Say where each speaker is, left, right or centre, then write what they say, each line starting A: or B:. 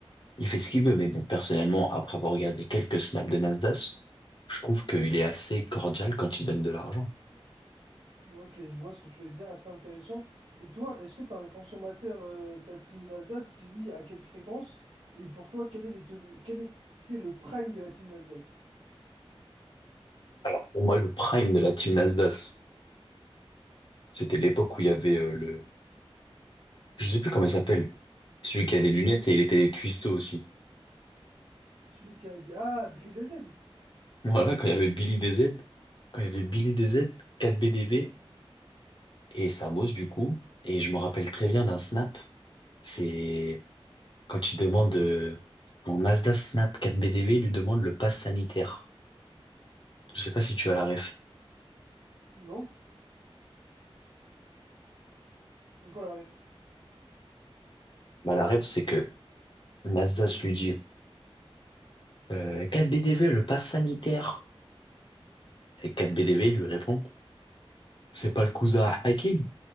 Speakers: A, on the left (about 50°); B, on the right (about 75°).
A: il fait ce qu'il veut. Mais bon, personnellement, après avoir regardé quelques snaps de Nasdaq, je trouve qu'il est assez cordial quand il donne de l'argent.
B: Ok, je vois ce que tu veux dire, assez intéressant. Et toi, est-ce que tu as un consommateur euh, de la team Nasdaq? Si oui, à quelle fréquence? Et pour toi, quel est les te- quel était le prime de la team Nasdaq?
A: Alors, pour moi, le prime de la team Nasdaq, c'était l'époque où il y avait euh, le, je sais plus comment il s'appelle, celui
B: Qui?
A: qui a des lunettes et il était cuistot aussi. <laughs>
B: Celui qui a dit... Ah, Billy DZ?
A: Voilà, quand il y avait Billy DZ, quand il y avait Billy DZ, 4BDV et Samos du coup. Et je me rappelle très bien d'un snap. C'est quand il demande, euh, en Asda Snap 4BDV, il lui demande le pass sanitaire. Je sais pas si tu as la ref.
B: Non? C'est quoi la ref?
A: Bah, la ref, c'est que Nasdaq lui dit, euh, quatre B D V le pass sanitaire. Et 4 V lui répond, c'est pas le cousin à Hakim.